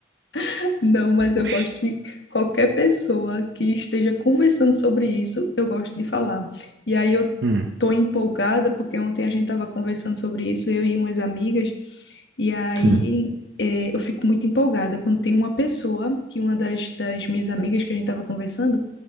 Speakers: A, on the left (about 70°); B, on the right (about 75°).
A: <laughs> não, mas eu
B: Oxi.
A: gosto de qualquer pessoa que esteja conversando sobre isso, eu gosto de falar. E aí eu
B: Hum,
A: tô empolgada porque ontem a gente estava conversando sobre isso, eu e umas amigas, e aí
B: sim.
A: é, eu fico muito empolgada quando tem uma pessoa, que uma das, das minhas amigas que a gente estava conversando,